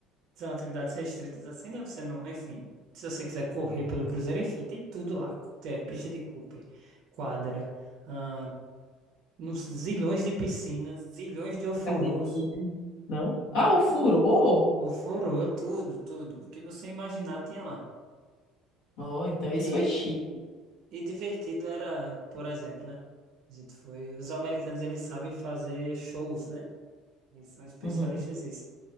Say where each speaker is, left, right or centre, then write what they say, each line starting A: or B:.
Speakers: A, on the right (about 45°); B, on the left (about 80°).
A: são atividades restritas assim, né? Você não, enfim, se você quiser correr pelo cruzeiro, enfim, tem tudo lá, é pista de Cooper, quadra ah, nos zilhões de piscinas, zilhões de ofurôs,
B: Academia. Não?
A: muita
B: Ah, o furou
A: ofurô, tudo, tudo. O que você imaginar tinha lá.
B: Ó, então
A: E,
B: isso foi chique.
A: e divertido era, por exemplo, né? A gente foi, os americanos eles sabem fazer shows, né? Eles são especialistas
B: Uhum.
A: nisso.